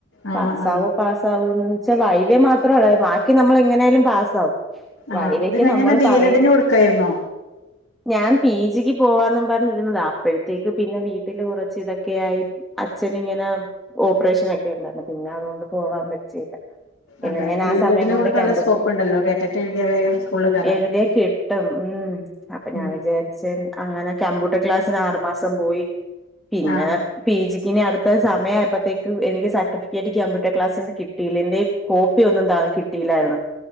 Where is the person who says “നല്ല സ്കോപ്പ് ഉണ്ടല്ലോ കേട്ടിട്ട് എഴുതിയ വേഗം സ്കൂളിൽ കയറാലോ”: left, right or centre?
Left